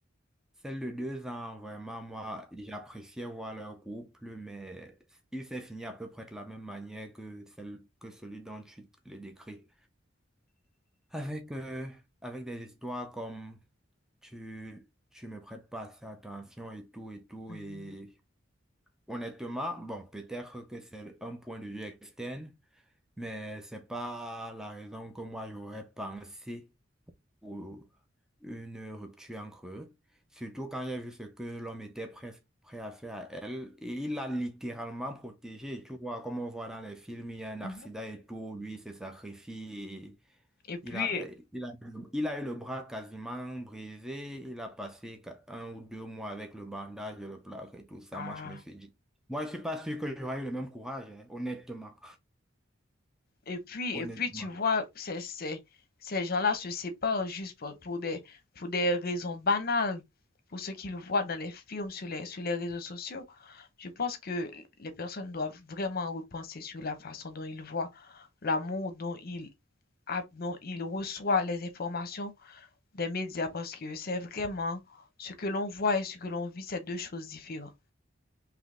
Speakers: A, in the centre; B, on the left (about 50°).
A: Celle de deux ans, vraiment, moi, j'appréciais voir leur couple, mais il s'est fini à peu près de la même manière que celle, que celui dont tu le décris. Avec, euh, avec des histoires comme tu, tu me prêtes pas assez attention et tout et tout.
B: Mmh mh.
A: Et honnêtement, bon, peut-être que c'est un point de vue externe, mais c'est pas la raison que moi j'aurais pensé ou une rupture entre eux, surtout quand j'ai vu ce que l'homme était prêt, prêt à faire à elle, et il l'a littéralement protégée, tu vois, comme on voit dans les films, il y a un
B: Mmh
A: accident et tout, lui il se sacrifie, et
B: Et puis
A: il a, il a, il a eu le bras quasiment brisé, il a passé qua- un ou deux mois avec le bandage et le plâtre et tout ça,
B: ah
A: moi je me suis dit, moi je suis pas sûr que j'aurais eu le même courage, hein, honnêtement,
B: et puis
A: <laughs> honnêtement.
B: et puis tu vois ces ces ces gens-là se séparent juste pour pour des pour des raisons banales, pour ce qu'ils voient dans les films, sur les sur les réseaux sociaux. Je pense que les personnes doivent vraiment repenser sur la façon dont ils voient l'amour, dont ils a dont ils reçoivent les informations des médias parce que c'est vraiment ce que l'on voit et ce que l'on vit, c'est 2 choses différentes.